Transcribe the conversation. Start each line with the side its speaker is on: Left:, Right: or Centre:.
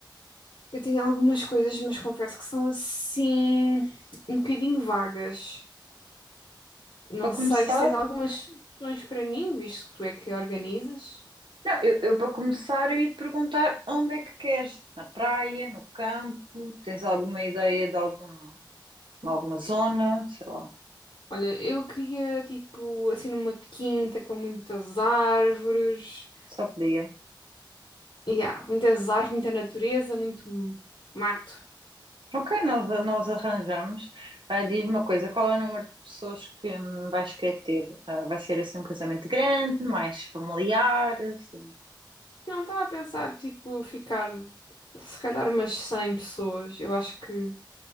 Left: eu tenho algumas coisas, mas confesso que são assim um bocadinho vagas. Não
Right: Para
Left: sei
Right: começar,
Left: se tens algumas sugestões para mim, visto que tu é que organizas.
Right: não, eu, eu para começar eu ia te perguntar onde é que queres? Na praia, no campo? Tens alguma ideia de algum, alguma zona? Sei lá,
Left: Olha, eu queria tipo assim numa quinta com muitas árvores.
Right: só podia.
Left: Yeah, muitas árvores, muita natureza, muito mato.
Right: Ok, nós, nós arranjamos. Ah, diz-me uma coisa, qual é o número de pessoas que hum, vais querer ter? Ah, vai ser assim um casamento grande, mais familiar, assim.
Left: Não estava a pensar tipo ficar se calhar umas 100 pessoas. Eu acho que